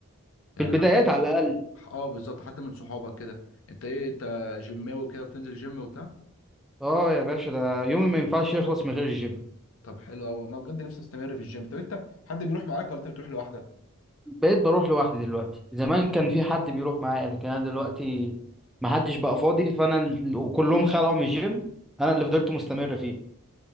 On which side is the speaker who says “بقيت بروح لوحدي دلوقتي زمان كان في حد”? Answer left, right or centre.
Centre